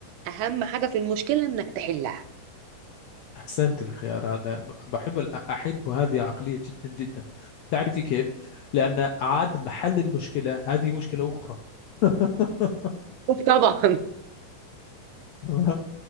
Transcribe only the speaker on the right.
اهم حاجه في المشكله انك تحلها
<laughs> طبعا